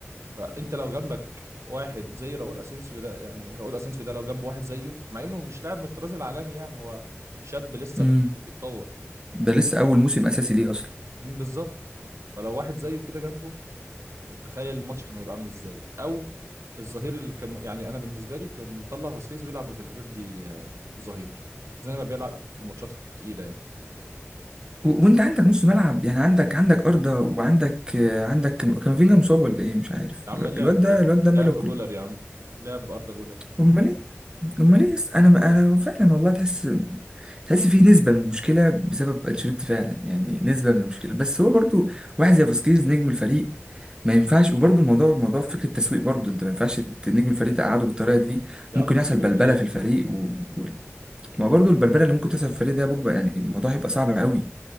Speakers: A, on the right; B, on the right.
A: فانت لو جنبك واحد زي راؤول اسينسيو ده يعني راؤول اسينسيو ده لو جنب واحد زيه مع انه مش لاعب من الطراز العالمي يعني هو شاب لسه
B: امم
A: بي- بيتطور
B: ده لسه أول موسم أساسي ليه أصلا
A: بالظبط فلو واحد زيه كده جنبه تخيل الماتش كان هيبقى عامل ازاي او الظهير اللي كان يعني انا بالنسبه لي كان يطلع فاسكيز ويلعب بفالفيردي آه، ظهير زي ما بيلعب في الماتشات التقيله يعني
B: و-
A: بس
B: وانت عندك نص ملعب يعني عندك عندك أرضة وعندك آه، عندك كام- كامافينجا مصاب ولا ايه مش عارف
A: يا عم
B: الو-
A: لعب
B: الواد ده الواد ده ماله
A: لعب
B: كله
A: جولر يا عم لعب اردا جولر
B: امال ايه امال ايه يس- انا انا فعلا والله تحس تحس في نسبة من المشكلة بسبب انشيلوتي فعلا يعني نسبة من المشكلة بس هو برضو واحد زي فاسكيز نجم الفريق ما ينفعش وبرضو الموضوع موضوع فكرة التسويق برضو انت ما ينفعش ت- نجم الفريق تقعده بالطريقة دي
A: يا
B: ممكن
A: عم تسويق
B: يحصل بلبلة
A: ايه
B: في الفريق و... و... ما برضو البلبلة اللي ممكن تحصل في الفريق ده بوجبة يعني الموضوع هيبقى صعب قوي